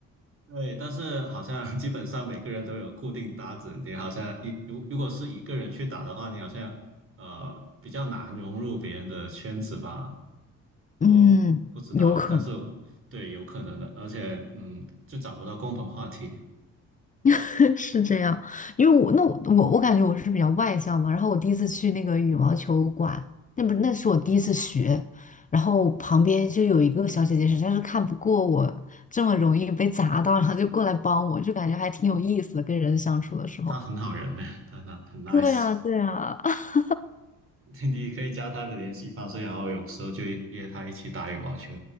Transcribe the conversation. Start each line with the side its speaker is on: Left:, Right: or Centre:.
Right: 对，但是好像 <laughs> 基本上每个人都有固定搭子，你好像一如如果是一个人去打的话，你好像呃比较难融入别人的圈子吧，
Left: 嗯，
Right: 我不知道，
Left: 有可能。
Right: 啊，但是我对有可能的，而且嗯，就找不到共同话题。
Left: <laughs> 是这样，因为我那我我我感觉我是比较外向嘛，然后我第一次去那个羽毛球馆，那不是那是我第一次学，然后旁边就有一个小姐姐实在是看不过我这么容易被砸到，然后就过来帮我，就感觉还挺有意思的，跟人相处的时候。
Right: 他很好人呢，他他很 nice，
Left: 对啊，对啊，<laughs>
Right: <laughs> 你可以加他的联系方式，然后有时候就约他一起打羽毛球，